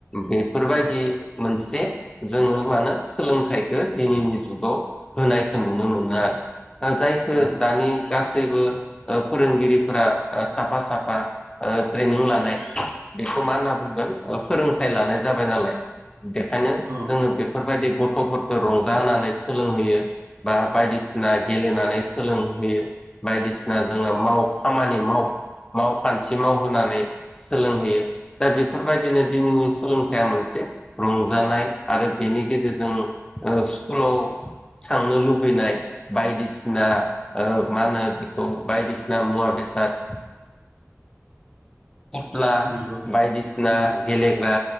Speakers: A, on the left (about 15°); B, on the right (about 65°).
A: बेफोर बायदि
B: औ
A: मोनसे जोङो मा होनो सोलोंथाइखो दिनैनि जुगाव होनायखो नुनो मोनो आरो ओ जायखो
B: औ औ
A: दानि गासैबो ओ फोरोंगिरिफोरा साफा साफा ओ ट्रेनिं लानाय बेखौ मा होनना बुंगोन फोरोंथाइ लानाय जाबाय नालाय बेखायनो
B: औ
A: जोङो बेफोर बायदि गथ'फोरखो रंजा होनानै सोलोंहोयो बा बायदिसिना गेलेनानै सोलोंहो यो बायदिसिना जोङो माव खामानि माव मावखान्थि मावहोनानै सोलों होयो दा बेफोरबायदिनो दिनैनि सोलोंथाइया मोनसे रंजानाय आरो बेनि गेजेरजों ओ स्कुलाव थांनो लुबैनाय नाय बायदिसिना ओ मा होनो बेखौ बायदिसिना मुवा बेसाद फथुला
B: नंगौ
A: बायदिसिना
B: उम
A: गेलेग्रा